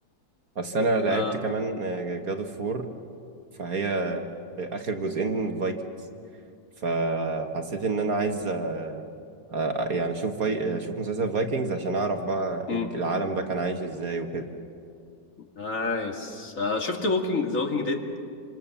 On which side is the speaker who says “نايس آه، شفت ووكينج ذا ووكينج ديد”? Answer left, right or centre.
Left